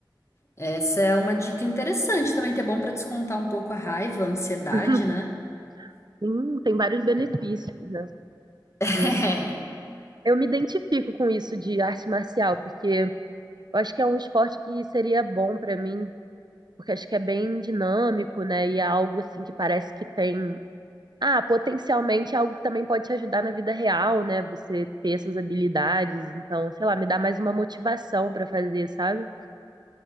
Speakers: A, on the left; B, on the right.
A: Essa é uma dica interessante também, que é bom para descontar um pouco a raiva, a ansiedade,
B: <laughs>
A: né?
B: Sim, tem vários benefícios, né?
A: <laughs>
B: Porque Eu me identifico com isso de arte marcial, porque eu acho que é um esporte que seria bom pra mim, porque acho que é bem dinâmico, né? E é algo assim que parece que tem. Ah, potencialmente é algo que também pode te ajudar na vida real, né? Você ter essas habilidades. Então, sei lá, me dá mais uma motivação pra fazer, sabe?